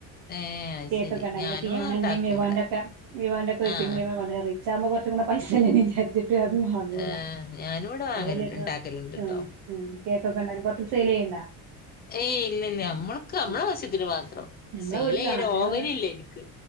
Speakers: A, on the left (about 25°); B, on the right (about 60°).
A: ഏഹ് അത്
B: കേക്കൊക്കെ
A: ശരി
B: ഉണ്ടാക്കാണെ
A: ഞാനും
B: ഫണന്റെ
A: ഇണ്ടാക്കും
B: വിവാന്റെ
A: ഇവിടെ
B: ഒക്കെ വിവാന്റെ ഒക്കെ ഇ
A: ആഹ്
B: ഇതാകുമ്പോ കുറച്ചുകൂടെ പൈസല്ലേ ചാജ് മ അതും വാങ്ങുല്ല
A: ഏഹ് ഞാനും ഇവിടെ വാങ്ങല്
B: അതെല്ലേ ട്ട
A: ഇണ്ടാക്കലുണ്ട്ട്ടോ
B: ആഹ ആ കേക്കൊക്കെ ഉണ്ടാക്കി പൊറത്ത് സെൽ ചെയ്യണ്ടാ
A: ഏയ് ഇല്ലല്ല നമ്മൾക്ക് നമ്മളെ
B: ഉം
A: വശ്യത്തിന് മാത്രം
B: നമ്മളെ
A: സെൽ
B: വീട്ടിലാ
A: ചെയ്യാൻ
B: അതേപോലെ
A: ഓവൻ ഇല്ല എനിക്ക്